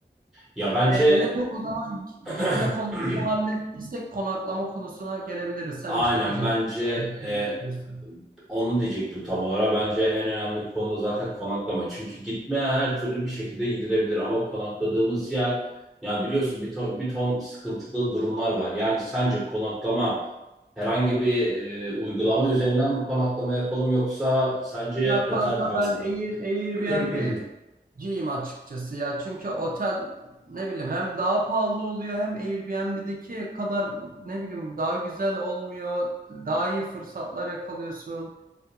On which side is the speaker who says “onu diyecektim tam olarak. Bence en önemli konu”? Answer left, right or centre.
Centre